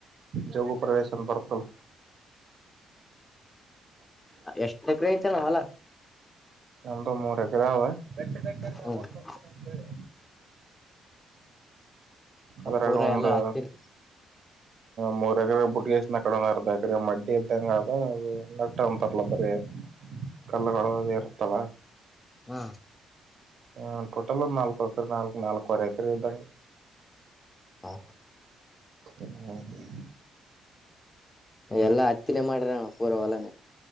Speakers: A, on the right; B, on the left.
A: ಜೋಗು ಪ್ರವೇಶನ್ ಬರ್ತಲ್ಲ.
B: ಎಷ್ಟ ಎಕರೆ ಐತ. ಇತ್ತೆನೆ ಹೊಲಾ.
A: ನಮ್ಮೂದು ಮೂರ ಎಕರ ಅವ. ಬೆಟ್ಟ ಬೇಟಾನ
B: ಹ್ಮ
A: ಮುಂಕ್ತೀನಿ ಅಂತೇಳಿ. ಅದರಾಗ
B: ಪೂರ
A: ಒಂದು....
B: ಎಲ್ಲ ಹತ್ತಿನ
A: ಮೂರ್ ಎಕರೆ ಬುಟ್ಟಿಗೆ. ನ ಕಡರ್ದಕ್ರೀ ಮಡ್ಡಿ ಇದ್ದಂಗ ಆದ ನಟ್ಟ ಅಂತರ್ಲ್ಲ ಬರೆ. ಕಲ್ಲಗಳ ಇರುತ್ತೆ. ಹ
B: ಹಾ
A: ಹು ಟೋಟಲ್ ನಾಲ್ಕುಅಕತಿ ನಾಲ್ಕು ನಾಲ್ಕುವರೆ ಎಕರೆ ಇದ.
B: ಹಾ
A: ಏನ್ ಮಾಡಾಕತ್ತಿ.
B: ಎಲ್ಲಾ ಹತ್ತಿನೇ ಮಾಡ್ರಣ ಪೂರ ಹೊಲಾನ